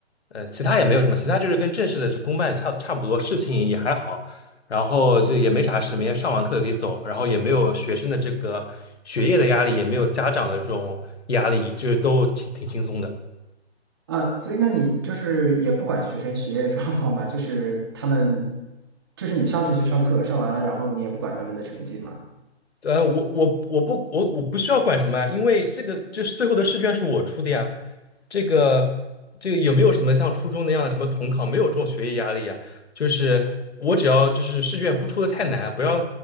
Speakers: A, on the left (about 70°); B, on the right (about 20°).
A: 呃，其他也没有什么，其他就是跟正式的这公办差差不多，事情也还好，然后就也没啥事，每天上完课可以走，然后也没有学生的这个学业的压力，也没有家长的这种压力，就是都挺挺轻松的。
B: 啊，所以那你就是也不管学生学业状况嘛，就是他们就是你上去就上课，上完了然后你也不管他们的成绩嘛。
A: 呃，我我我不我我不需要管什么啊，因为这个就是最后的试卷是我出的呀。这个这个有没有什么像初中那样的什么统考，没有这种学业压力啊？就是我只要就是试卷不出的太难，不要